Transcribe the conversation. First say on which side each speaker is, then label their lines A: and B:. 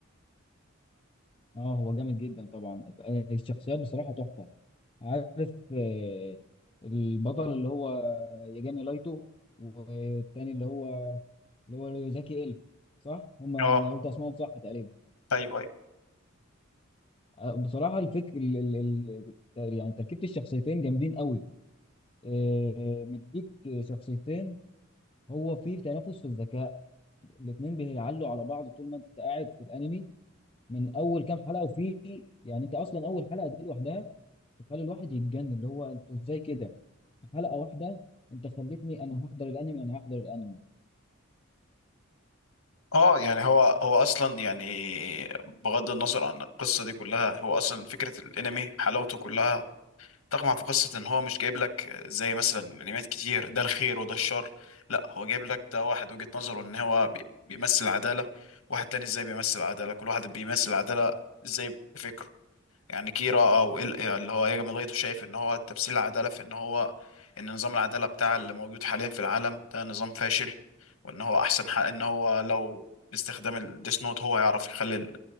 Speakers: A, on the left; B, on the left.
A: اه هو جامد جدا طبعا آه، الشخصيات بصراحه تحفه عارف آه، البطل اللي هو ياجامي لايتو والتاني اللي هو اللي هو ريوزاكي ال صح هما
B: اه
A: انا قلت اسمهم صح تقريبا
B: ايوه ايوه
A: آه، بصراحه الفكر ال... ال... ال... يعني تركيبه الشخصيتين جامدين قوي آه، مديك شخصيتين هو فيه تنافس في الذكاء الاتنين بيعلوا على بعض طول ما انت قاعد في الانمي من اول كام حلقه وفي يعني انت اصلا اول حلقه دي لوحدها تخلي الواحد يتجنن اللي هو انتوا ازاي كده في حلقه واحده انت خلتني انا هحضر الانمي انا هحضر الانمي
B: اه يعني هو هو اصلا يعني بغض النظر عن القصه دي كلها هو اصلا فكره الانمي حلاوته كلها طبعا في قصة ان هو مش جايب لك زي مثلا انميات كتير ده الخير وده الشر لا هو جايب لك ده واحد وجهة نظره ان هو بي- بيمثل عدالة واحد تاني ازاي بيمثل عدالة كل واحد بيمثل عدالة ازاي بفكره يعني كيرا او ال- اللي هو ياجامي لايتو شايف ان هو تمثيل العدالة في ان هو ان نظام العدالة بتاع اللي موجود حاليا في العالم ده نظام فاشل وان هو احسن حق ان هو لو باستخدام الديس نوت هو يعرف يخلي ال-